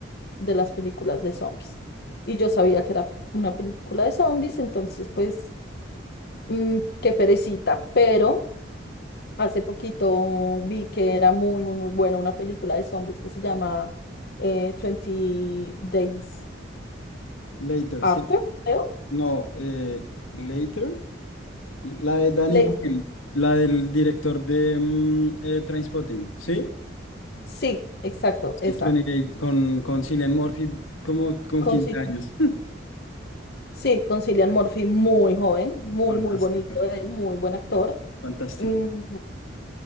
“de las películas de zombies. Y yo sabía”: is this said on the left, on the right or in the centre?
Left